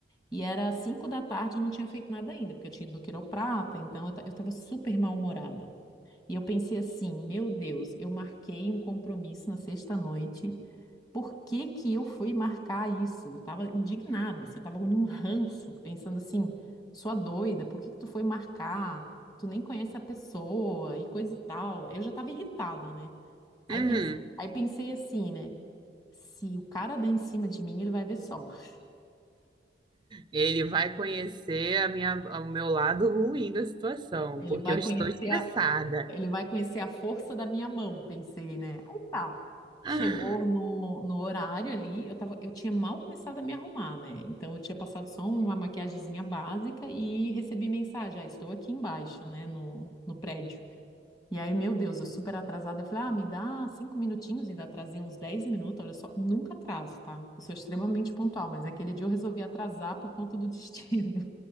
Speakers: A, on the left; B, on the right.
A: E era cinco da tarde, eu não tinha feito nada ainda, porque eu tinha ido no quiroprata, então eu ta- eu estava super mal-humorada. E eu pensei assim, meu Deus, eu marquei um compromisso na sexta-noite. Por que que eu fui marcar isso? Eu tava indignada, assim, eu tava num ranço, pensando assim, sua doida, por que que tu foi marcar? Tu nem conhece a pessoa e coisa e tal. Aí eu já tava irritada, né? Aí
B: Uhum.
A: pensei, aí pensei assim, né? Se o cara der em cima de mim, ele vai ver só. <laughs>
B: Ele vai conhecer a minha, o meu lado ruim da situação,
A: Ele
B: porque
A: vai
B: eu
A: conhecer
B: estou estressada.
A: Ele vai conhecer a força da minha mão, pensei, né? Aí tá. Chegou
B: Ah,
A: no, no horário ali, eu tava, eu tinha mal começado a me arrumar, né? Então eu tinha passado só uma maquiagemzinha básica e recebi mensagem, ah, estou aqui embaixo, né, no, no prédio. E aí, meu Deus, eu super atrasada, eu falei, ah, me dá cinco minutinhos, ainda atrasei uns dez minutos, olha só, nunca atraso, tá? Eu sou extremamente pontual, mas aquele dia eu resolvi atrasar por conta do destino.